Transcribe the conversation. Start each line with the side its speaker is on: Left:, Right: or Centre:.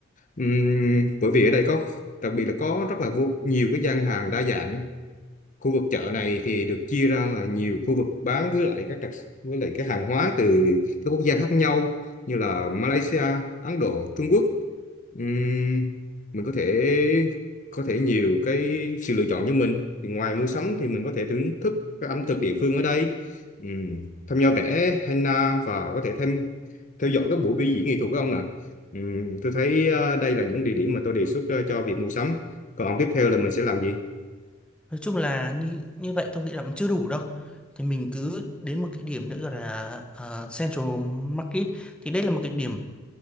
Left: Ừm, bởi vì ở đây có đặc biệt là có rất là vô, nhiều cái gian hàng đa dạng khu vực chợ này thì được chia ra là nhiều khu vực bán với lại các đặc với lại cái hàng hóa từ các quốc gia khác nhau như là Malaysia, Ấn Độ, Trung Quốc. Ừm, mình có thể có thể nhiều cái sự lựa chọn cho mình. Thì ngoài mua sắm thì mình có thể thưởng thức các ẩm thực địa phương ở đây, Ừm, tham gia vẽ henna và có thể thêm theo dõi các buổi biểu diễn nghệ thuật của ông ạ. Ừm, tôi thấy ờ, đây là những địa điểm mà tôi đề xuất ờ, cho việc mua sắm. Còn tiếp theo là mình sẽ làm gì?
Centre: nói chung là như như vậy tôi nghĩ là cũng chưa đủ đâu thì mình cứ đến một cái điểm nữa gọi là ờ, Central Market thì đây là một cái điểm